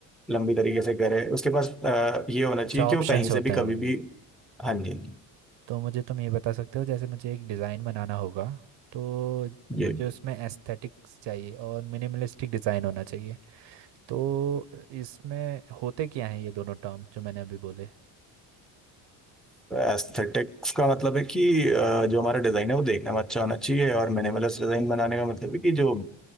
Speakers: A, in the centre; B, on the right.
A: लंबी तरीके से करे उसके पास अ, ये होना
B: अच्छा
A: चाहिए कि
B: ऑप्शंस
A: वो कहीं
B: होते
A: से भी
B: हैं
A: कभी
B: मतलब
A: भी हाँ जी
B: तो मुझे तुम ये बता सकते हो जैसे मुझे एक डिज़ाइन बनाना होगा तो
A: जी
B: मुझे उसमें एस्थेटिक्स चाहिए और मिनिमलिस्टिक डिज़ाइन होना चाहिए तो इसमें होते क्या हैं ये दोनों टर्म जो मैंने अभी बोले
A: एस्थेटिक्स का मतलब है कि अ, जो हमारा डिजाइन है वो देखने में अच्छा होना चाहिए और मिनिमलिस्ट डिजाइन बनाने का मतलब है कि जो